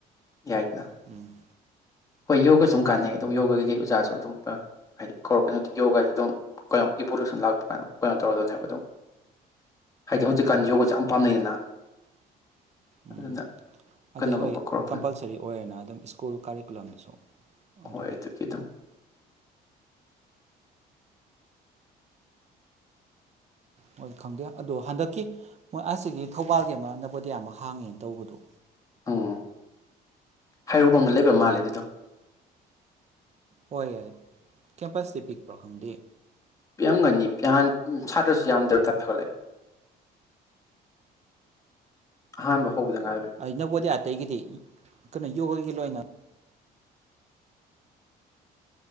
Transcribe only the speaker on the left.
ꯌꯥꯏꯗꯅ
ꯍꯣꯏ ꯌꯣꯒꯁꯨꯝ ꯀꯥꯟꯅꯩ ꯑꯗꯨꯝ ꯌꯣꯒꯒꯤ ꯀꯩ ꯑꯣꯖꯥꯁꯨ ꯑꯗꯨꯝ ꯍꯥꯏꯗꯤ ꯀꯧꯔꯛꯀꯩꯅꯣꯗꯤ ꯌꯣꯒꯥꯁꯤꯦ ꯑꯗꯨꯝ ꯀꯩꯅꯣ ꯏꯕꯣꯂꯨꯁꯟ ꯂꯥꯛꯄ ꯀꯥꯟꯗ ꯀꯩꯅꯣ ꯇꯧꯔꯗꯣꯏꯅꯦꯕ ꯑꯗꯨꯝ ꯍꯥꯏꯗꯤ ꯍꯧꯖꯤꯛꯀꯥꯟ
ꯌꯣꯒꯁꯦ ꯌꯥꯝ ꯄꯥꯝꯅꯩꯗꯅ
ꯑꯗꯨꯅ ꯀꯩꯅꯣꯒꯨꯝꯕ
ꯀꯧꯔꯛꯄ
ꯍꯣꯏ ꯑꯗꯨꯒꯤꯈꯤ ꯑꯗꯨꯝ
ꯎꯝ ꯍꯩꯔꯣꯛꯂꯣꯝꯗ
ꯂꯩꯕ ꯃꯥꯜꯂꯦ ꯑꯗꯨꯗꯣ
ꯄꯤꯔꯝꯒꯅꯤ ꯄꯍꯥꯟ ꯁꯥꯇ꯭ꯔꯁꯨ ꯌꯥꯝꯗ꯭ꯔꯕꯗ ꯐꯒꯠꯂꯛꯑꯦ ꯑꯍꯥꯟꯕ ꯍꯧꯕꯗ ꯉꯥꯏꯕ